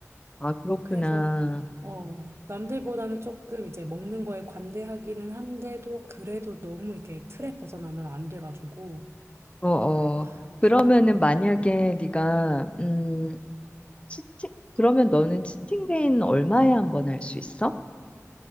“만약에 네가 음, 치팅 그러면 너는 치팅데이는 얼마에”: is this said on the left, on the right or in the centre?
Left